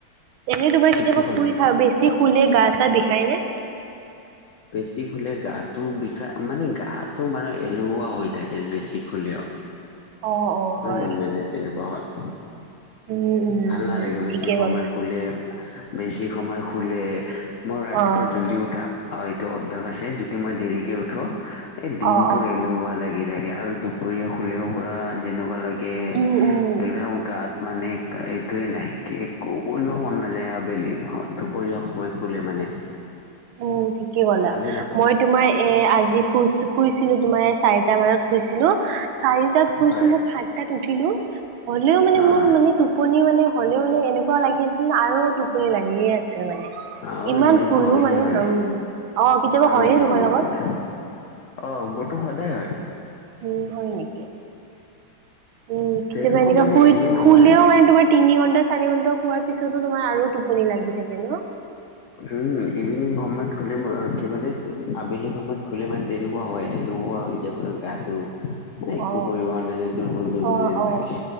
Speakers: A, on the right; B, on the left.
A: এনে তোমাৰ
B: ঠিকে
A: কেতিয়াবা
B: ক'লা
A: শুই থাক বেছি শুলে গা চা বিষাই নে?
B: বেছি শুলে গাটো বিষায় মানে গাটো মানে এলুহুৱা হৈ থাকে বেছি শুলেও।
A: অ', অ',
B: এই
A: হয়।
B: মন নাযায় তেনেকুৱা হ'লে।
A: উম, উম,
B: ভাল
A: উম,
B: নালাগে বেছি
A: ঠিকে
B: সময়
A: ক'লা
B: শুলে, বেছি সময় শুলে মোৰ ৰাতিপুৱা
A: অ'।
B: জল্দি উঠা হয়টো অভ্যাস আছে যদি মই দেৰিকে উঠো এ দিনটো
A: অ', অ',
B: এলেহুৱা লাগি থাকে আৰু দুপৰীয়া শুলেও পুৰা যেনেকুৱা লাগে কে,
A: উম, উম।
B: একদম গাত মানে এইটোয়ে নাই কি একো কৰিব মন নাযায় আবেলি দুপৰীয়া সময়ত গলে মানে।
A: উম ঠিকেই কলা,
B: ভালেই নাপাওঁ
A: মই তোমাৰ এ আজি শু শুইছিলো তোমাৰ চাৰিটা মানত খুইছিলো, চাৰিটাত খুইছো
B: হয়
A: মই সাতটাত উঠিলো। হ'লেও মানে মোৰ
B: আহ
A: মানে টোপনি, মানে হ'লেও মানে এনেকুৱা লাগি আছিল ন আৰু টোপনি লাগিয়ে আছিল। মানে
B: আহ
A: ইমান
B: এনেকুৱা
A: শুনো
B: হৈছে
A: মানে
B: মানে,
A: উম অ কেতিয়াবা
B: আবেলি
A: হয়নে তোমাৰ
B: সময়ত
A: লগত
B: শুলে, অ' মোৰটো সদায় হয়।
A: উম হয় নেকি? উম কেতিয়াবা
B: তেনেকুৱা
A: এনেকা
B: মানে
A: শুই
B: এনেই নহয়
A: খুলেও মানে তোমাৰ তিনি ঘন্টা চাৰি ঘন্টাও খোৱাৰ পিছতো তোমাৰ আৰু টোপনি লাগি থাকে ন?
B: উম ইভিনিং সময়ত শুলে কি মানে আবেলি সময়ত খলে মান তেনেকুৱা হয় আৰু। নোহোৱা হৈ যাই পোৰা গাটো। একো
A: অ
B: কৰিব নাই যায় দুৰ্বল দুৰ্বল
A: অ
B: যেন
A: অ
B: লাগে